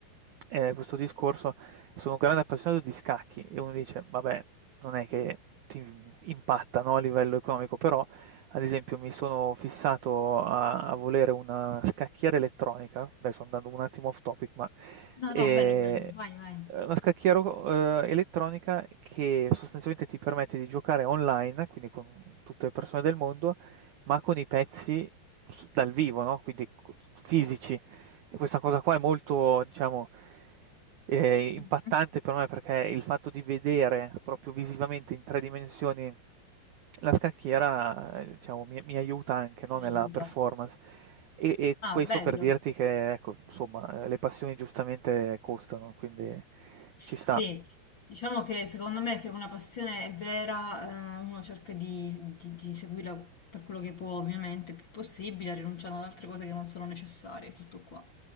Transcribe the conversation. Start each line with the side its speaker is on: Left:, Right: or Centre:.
Right: ehm, questo discorso, sono un grande appassionato di scacchi e uno dice: "Vabbè, non è che ti impatta, no, a livello economico", però ad esempio mi sono fissato a a volere una scacchiera elettronica, adesso andando un attimo off topic, ma
Left: No,
Right: ehm
Left: no, bello, bello, vai, vai.
Right: Ehm, una scacchiera o ehm, elettronica che sostanzialmente ti permette di giocare online, quindi con tutte le persone del mondo, ma con i pezzi s dal vivo, no, quindi co fisici. E questa cosa qua è molto, diciamo, ehm,
Left: Mhm.
Right: impattante per me perché il fatto di vedere proprio visivamente in 3 dimensioni la scacchiera, ehm, diciamo, mi mi aiuta anche, no,
Left: Ti
Right: nella
Left: aiuta.
Right: performance. E e
Left: Ah,
Right: questo
Left: bello.
Right: per dirti che, ecco, insomma, ehm, le passioni giustamente costano, quindi ci sta.
Left: Sì, diciamo che secondo me se una passione è vera, eh, uno cerca di, di- di seguirla per quello che può, ovviamente, il più possibile, rinunciando ad altre cose che non sono necessarie, tutto qua.